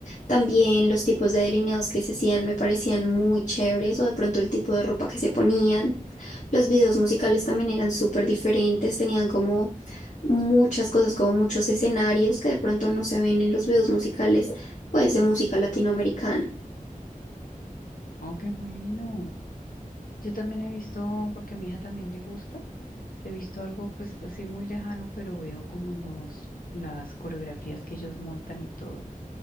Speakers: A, on the left; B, on the left.
A: También los tipos de delineados que se hacían me parecían muy chéveres o de pronto el tipo de ropa que se ponían. Los videos musicales también eran súper diferentes, tenían como muchas cosas, como muchos escenarios que de pronto no se ven en los videos musicales, pues de música latinoamericana.
B: Oh, qué bueno. Yo también he visto, porque a mi hija también le gusta, he visto algo pues así muy lejano, pero veo como los, las coreografías que ellos montan y todo,